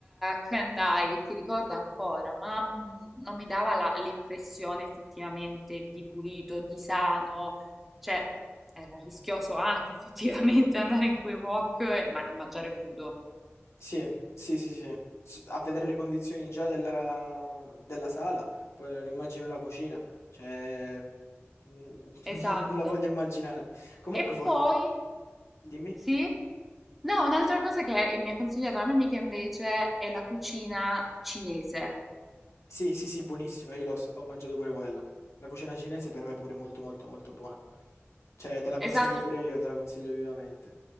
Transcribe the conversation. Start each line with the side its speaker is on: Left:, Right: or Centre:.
Centre: che andai, che ricordo ancora, ma mm, non mi dava la- l'impressione effettivamente di pulito, di sano. Cioè, era rischioso anche effettivamente <laughs> andare in quei wok e, ma- e mangiare crudo.
Left: Sì, sì, sì, sì. S- A vedere le condizioni già della, della sala, poi non immagino la cucina, cioè mm, <laughs>
Centre: Esatto.
Left: non, non la voglio immaginare. Comunque,
Centre: E
Left: for-
Centre: poi,
Left: dimmi.
Centre: sì? No, un'altra cosa che mi ha consigliato la mia amica invece è la cucina cinese.
Left: Sì, sì, sì, buonissima, io l'ho s- ho mangiato pure quella. La cucina cinese per me pure è molto, molto, molto buona. Cioè, te la consiglio
Centre: Esatto.
Left: pure io, te la consiglio vivamente.